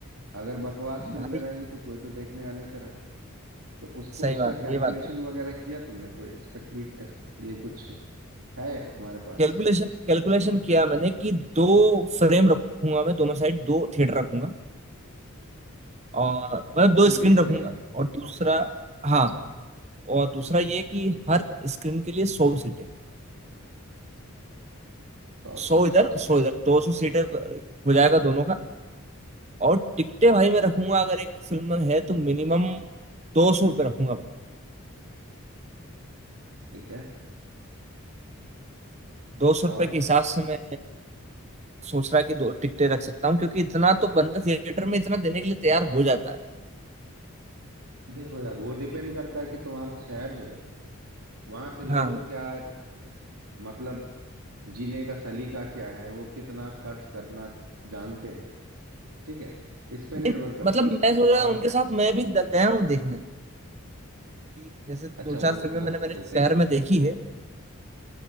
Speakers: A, on the right (about 80°); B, on the right (about 30°).
A: अगर बकवास फिल्में
B: भाई
A: रहेंगी तो कोई तो देखने आने से रहा तो उसको
B: सही
A: उसका
B: बात
A: कैलकुलेशन
B: है ये बात तो है
A: वगैरह किया तुमने कोई एक्सपेक्ट ये कुछ है तुम्हारे पास
B: कैलकुलेशन कैलकुलेशन किया मैंने कि दो फ्रेम रखूंगा मैं दोनों साइड दो थिएटर रखूंगा और मतलब दो
A: मल्टी
B: स्क्रीन
A: स्क्रीन
B: रखूंगा और दूसरा
A: अच्छा
B: हाँ और दूसरा ये कि हर स्क्रीन के लिए सौ सीटें
A: सौ
B: सौ
A: सीटें
B: इधर
A: ठीक
B: सौ
A: है
B: इधर दो सौ सीटें हो जाएगा दोनों का और टिकटें भाई मैं रखूंगा अगर एक फिल्म है तो मिनिमम दो सौ रुपये रखूंगा भाई
A: ठीक है
B: दो सौ रुपये
A: और
B: के हिसाब से मैं सोच रहा कि दो टिकटें रख सकता हूँ क्योंकि इतना तो बंदा थिएटर में इतना देने के लिए तैयार हो जाता है
A: देखो यार वो डिपेंड करता है कि तुम्हारा शहर जो है वहाँ के लोग
B: हाँ
A: क्या इस- मतलब जीने का सलीका क्या है वो कितना खर्च करना जानते हैं ठीक है इस पे
B: नहीं,
A: निर्भर करता
B: मतलब
A: है
B: मैं सोच रहा
A: और
B: हूँ उनके साथ मैं भी द- गया हूँ देखने कि जैसे
A: अच्छा
B: दो चार
A: वो
B: फिल्में
A: उतना
B: मैंने मेरे
A: देते
B: शहर
A: हैं
B: में देखी है